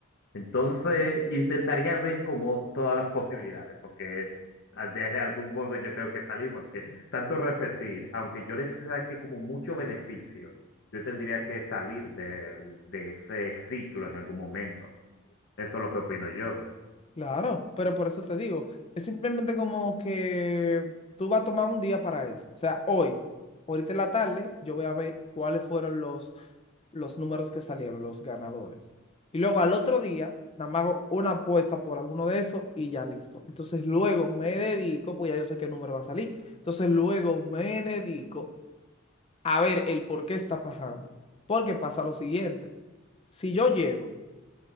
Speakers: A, on the left (about 60°); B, on the left (about 30°).
A: Entonces, intentaría ver como todas las posibilidades, porque de algún modo yo tengo que salir, porque tanto repetir, aunque yo les saque como mucho beneficio, yo tendría que salir de, de ese ciclo en algún momento. Eso es lo que opino yo.
B: Claro, pero por eso te digo, es simplemente como que tú vas a tomar un día para eso. O sea, hoy, ahorita en la tarde, yo voy a ver cuáles fueron los, los números que salieron, los ganadores. Y luego al otro día, nada más hago una apuesta por alguno de esos y ya listo. Entonces luego me dedico, pues ya yo sé qué número va a salir. Entonces luego me dedico a ver el por qué está pasando. Porque pasa lo siguiente. Si yo llego